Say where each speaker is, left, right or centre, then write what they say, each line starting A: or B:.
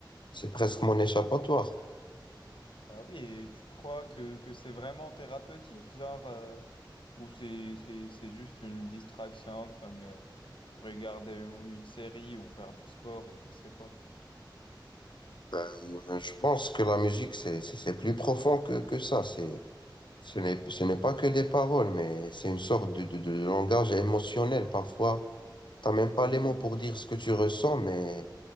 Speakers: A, on the left; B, on the left.
A: c'est presque mon échappatoire.
B: Ah oui, et tu crois que, que c'est vraiment thérapeutique, genre, euh, ou c'est, c'est, c'est juste une distraction comme euh, regarder une une série ou faire du sport ou je sais pas.
A: Ben, je pense que la musique c'est c'est c'est plus profond que que ça, c'est ce n'est ce n'est pas que des paroles, mais c'est une sorte de de, de langage émotionnel parfois T'as même pas les
B: Mhm.
A: mots pour dire ce que tu ressens, mais,